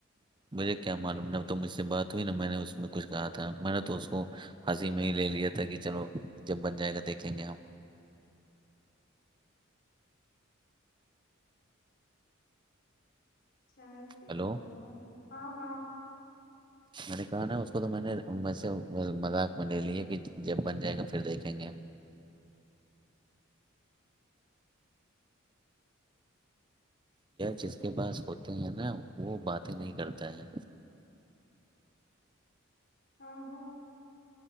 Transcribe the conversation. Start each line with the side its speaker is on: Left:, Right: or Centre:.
Right: مجھے کیا معلوم ہے تو مجھ سے بات ہوئی نا میں نے اس میں کچھ کہا تھا میں نے تو اس کو- ہسی میں ہی لے لیا تھا کہ چلو جب بن جائے گا دیکھیں گے ہم
Left: چلے ٹھیک
Right: ہلو
Left: ہے ہاں ہاں
Right: میں نے کہا نا اس کو تو میں نے میں سے مذاق میں لے لی ہے کہ جب بن جائے گا پھر دیکھیں گے جس کے پاس ہوتے ہیں نا وہ بات ہی نہیں کرتا ہے
Left: آبو